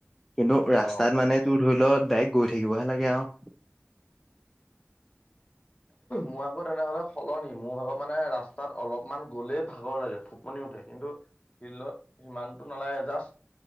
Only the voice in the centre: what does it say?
কিন্তু ৰাস্তাত
মানে তোৰ ধৰি ল' ডাইৰেক্ট গৈ থাকিবহে লাগে আৰু।